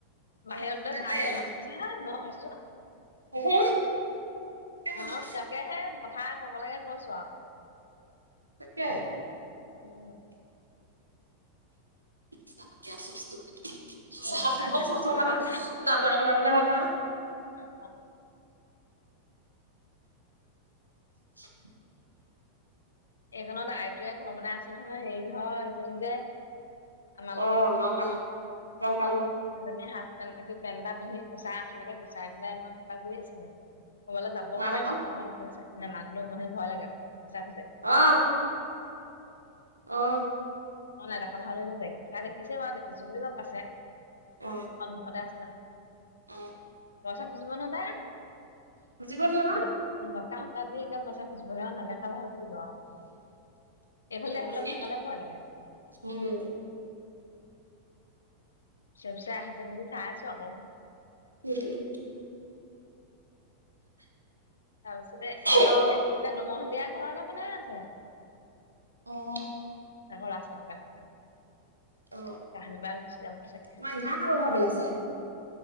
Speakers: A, on the left; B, on the right.
A: বাহিৰত
B: সেই তেনেকুৱাই
A: বোলে চাহ দিয়া চচটো চা মই কৈছো
B: <unintelligible> আমাৰ
A: অ তাকেহে কথা কব লাগে কৈছো আৰু
B: তাকে
A: উম
B: চাহ দিয়া চচটো
A: উম
B: চাহ বনোৱা
A: দিয়া
B: চচট
A: চচটোত
B: আও
A: বাৰু
B: দানা বনাবলে হয়নে আও
A: অ
B: <unintelligible>
A: এইকণত আইটোৱে ঘৰ বনাই আছে নহয় হেৰি ঘৰ ইজনী যে আমাৰ
B: অ গম পালো গম পালো
A: এজনীয়ে হাফ পেন কি পেন এটা পিন্ধি কুচাই আঠলৈকে কুচাই পেলাই অকণমান কিবা কৰি আছিলে ক'বালে যাব'
B: মাত
A: হপায়
B: আকৌ
A: স্কুটিখন ৰাখি থৈছে নে মাক <unintelligible> ভয় লাগে পইছা খোজে
B: অ অঁহ
A: মই নেদেখা ভাও জুৰিলো তাইক তাই দেখিছে বাও দেখিছো বুলি গম পাইছে
B: অ
A: সন্মুখতে আছে নহয়
B: অ
A: পইছা খুজিব নহয় তাই
B: বুজি পোৱাতো আকৌ
A: দ তাই সপ্তাহত পইছা মই আও নেদেখা ভাও জুৰিলো আও এইফালে
B: কেনেকুৱা
A: আহিবলে
B: মানে
A: মোৰ সেইকাৰণে ভয় লাগে
B: উম
A: চেগ চাই আহিছে নেকি চাই আছো আক
B: উম
A: তাৰপিছতে হে এয়া
B: অ
A: দুমহলীয়া ঘৰ এটা বনাই আছে।
B: অ
A: <unintelligible>
B: অ
A: কাহানি বা গুচি যামোৰ চাগে
B: তোমাৰ ইমান ডাঙৰ ঘৰ বনাইছে